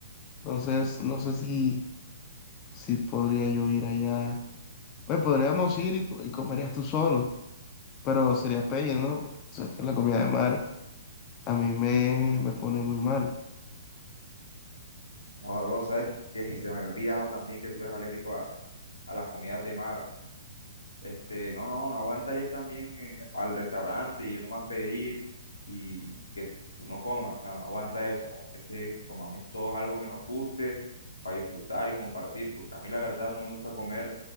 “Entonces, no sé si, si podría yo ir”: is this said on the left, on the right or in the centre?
Left